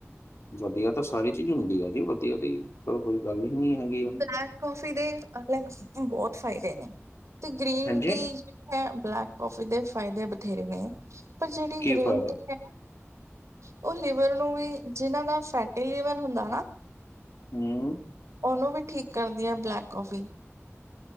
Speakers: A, on the left; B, on the right.
A: ਵਧੀਆ ਤਾਂ ਸਾਰੀ ਚੀਜ਼ ਹੁੰਦੀ ਐ ਜੀ ਵਧੀਆ ਦੀ ਤਾਂ ਕੋਈ ਗੱਲ ਹੀ ਨੀ ਹੈਂਗੀ।
B: ਬਲੈਕ ਕੌਫੀ ਦੇ ਅਲਗ ਬਹੁਤ ਫਾ਼ਇਦੇ ਨੇ ਤੇ ਗ੍ਰੀਨ
A: ਹਾਂਜੀ
B: ਟੀ ਇਥੇ ਬਲੈ਼ਕ ਕੌਫੀ ਦੇ ਫਾ਼ਇਦੇ ਬਥੇਰੇ ਨੇ ਪਰ ਜਿਹੜੀ
A: ਕੀ
B: ਗ੍ਰੀਨ
A: ਫਾਇਦਾ
B: ਟੀ ਉਹ ਲੀਵਰ ਨੂੰ ਵੀ, ਜਿਹਨਾਂ ਦਾ ਫੈਟੀ ਲੀਵਰ ਹੁੰਦਾ ਨਾ
A: ਹਮ।
B: ਉਹਨੂੰ ਵੀ ਠੀਕ ਕਰਦੀ ਆ ਬਲੈ਼ਕ ਕੌਫੀ।